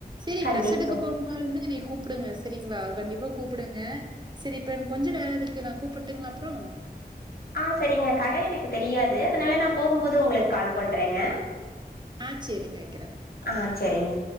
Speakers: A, on the right (about 25°); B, on the left (about 70°).
A: செரி
B: கண்டிப்பா
A: டிரெஸ் எடுக்க போற மாரி இருந்தா என்னைய கூப்டுங்க சரிங்களா கண்டிப்பா கூப்டுங்க சரி இப்ப எனக்கு கொஞ்ச வேல இருக்கு நா கூப்ட்டுங்களா அப்பறோ
B: ஆ சரிங்க கட எனக்கு தெரியாது அதனால நா போகும்போது உங்களுக்கு கால் பண்றேங்க
A: ஆ செரிங்க வக்கிறே
B: ஆ செரிங்க